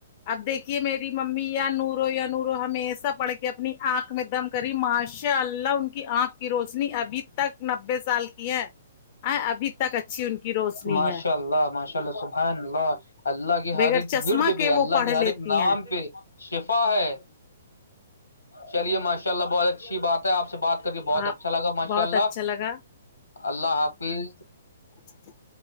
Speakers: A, on the left; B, on the left.
A: اب دیکھیے میری ممی یا نورو نورو ہمیشہ پڑھ کے اپنی آنکھ میں دم کری ماشاء اللہ ان کی آنکھ کی روز نی ابھی تک نبے سال کی ہے ابھی تک اچھی ان کی روشنی
B: ماشاء
A: ہے
B: اللہ ماشاء اللہ سبحان اللہ اللہ کے
A: بغیر
B: ہر ایک
A: چشمہ
B: ورد پہ
A: وہ
B: اللہ
A: پڑھ
B: کے ہر
A: لیتی
B: ایک نام
A: ہیں
B: پہ شفا ہے چلیے ماشاء اللہ بہت ا اچھی بات ہے آپ سے بات کر کے بہت
A: آپ
B: اچھا لگا ماشاء
A: بہت
B: اللہ
A: اچھا لگا
B: اللہ حافظ
A: <inaudible>